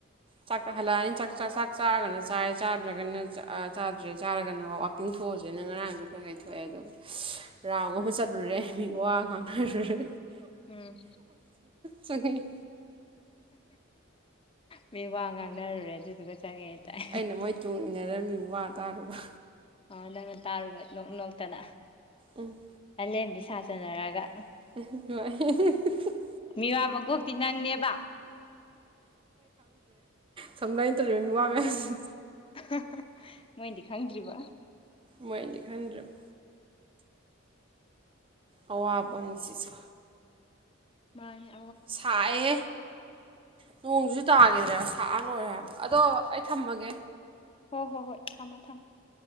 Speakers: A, on the right; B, on the left.
A: ꯆꯥꯥꯛꯀ ꯍꯜꯂꯛꯑꯅꯤ ꯆꯥꯛ ꯆꯥꯔꯒꯅ ꯆꯥꯔꯦ ꯆꯥꯗ꯭ꯔꯒꯅ ꯆꯥꯗ꯭ꯔꯦ ꯆꯥꯔꯒꯅ ꯋꯥꯥꯛꯀꯤꯡ ꯆꯊꯣꯛꯑꯁꯤꯅ ꯉꯔꯥꯡꯁꯨ ꯈꯣꯏ ꯊꯣꯛꯑꯦ ꯑꯗꯨꯝ ꯔꯥꯎ ꯑꯃ
B: ꯎꯝ
A: ꯆꯠꯂꯨꯔꯦ ꯃꯤ ꯋꯥ ꯉꯥꯡꯅꯔꯨꯔꯦ꯫
B: ꯎꯝ
A: ꯆꯪꯏ
B: ꯃꯤ ꯋꯥ ꯉꯥꯡꯅꯔꯨꯔꯦ ꯑꯗꯨꯏꯗꯨꯒ ꯆꯪꯉꯛꯑꯦ꯫ ꯇꯥꯏ
A: ꯑꯩꯅ ꯃꯣꯏ ꯇꯨꯡ ꯏꯟꯅꯔꯝꯃꯤ ꯋꯥ ꯇꯥꯔꯨꯕ꯫
B: ꯑꫭ ꯅꯪꯅ ꯇꯥꯔꯨꯕ ꯅꯣꯛ ꯅꯣꯛꯇꯅ꯫
A: ꯎꯝ
B: ꯃꯥꯂꯦꯝꯕꯤ ꯁꯥꯖꯅꯔꯒ꯫
A: <unintelligible>
B: ꯃꯤꯋꯥ ꯃꯀꯣꯛꯇꯤ ꯅꯪꯅꯦꯕ
A: ꯇꯧꯅꯣ ꯃꯤꯋꯥ ꯉꯥꯡꯅꯁꯦ
B: ꯑꯍꯍ ꯃꯣꯏꯗꯤ ꯈꯪꯗ꯭ꯔꯤꯕ
A: ꯃꯣꯏꯗꯤ ꯈꯪꯗ꯭ꯔꯤꯕ ꯑꯋꯥꯕꯅꯦꯁꯤꯁꯨ
B: ꯃꯥ ꯌꯥ
A: ꯁꯥꯏꯑꯦ ꯅꯣꯡꯖꯁꯨ ꯇꯥꯈꯤꯗ꯭ꯔꯦꯕ ꯁꯥꯖꯅ ꯂꯣꯏꯔꯦ ꯍꯥꯏꯕ ꯑꯗꯣ ꯑꯩ ꯊꯝꯃꯒꯦ
B: ꯍꯣꯏ ꯍꯣ ꯍꯣꯏ ꯊꯝꯃꯣ ꯊꯝꯃꯣ